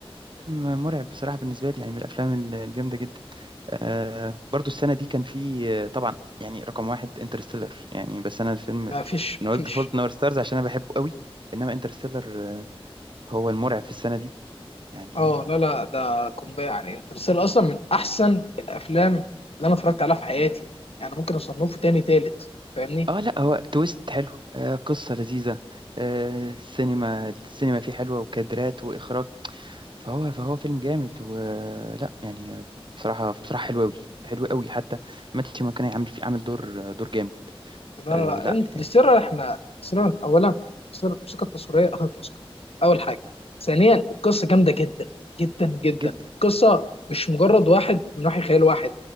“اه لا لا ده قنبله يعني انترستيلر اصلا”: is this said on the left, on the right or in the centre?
Left